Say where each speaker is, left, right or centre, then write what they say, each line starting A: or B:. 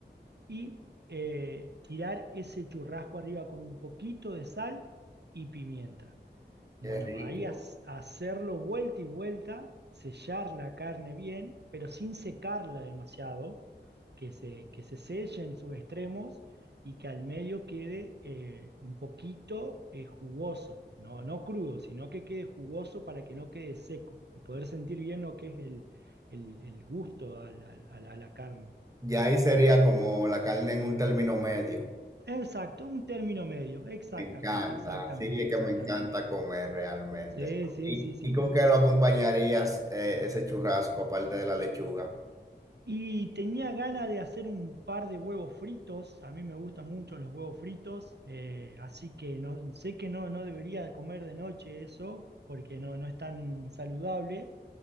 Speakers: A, on the right; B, on the right.
A: y eh, tirar ese churrasco arriba con un poquito de sal y pimienta.
B: Qué
A: Bueno,
B: rico.
A: ahí has- hacerlo vuelta y vuelta, sellar la carne bien, pero sin secarla demasiado, que se, que se selle en sus extremos y que al medio quede eh, un poquito eh, jugoso, no, no crudo, sino que quede jugoso para que no quede seco y poder sentir bien lo que es el, el- el gusto al- al- al- a la carne.
B: Y ahí sería como la carne en un término medio.
A: Exacto, un término medio, exactamente,
B: Me encanta,
A: exactamente,
B: sí, es que
A: exactamente.
B: me encanta comer realmente.
A: Sí, sí,
B: ¿Y,
A: sí, sí.
B: y con qué lo acompañarías eh, ese churrasco aparte de la lechuga?
A: Y tenía ganas de hacer un par de huevos fritos. A mí me gustan mucho los huevos fritos, eh, así que no, sé que no, no debería comer de noche eso, porque no, no es tan saludable,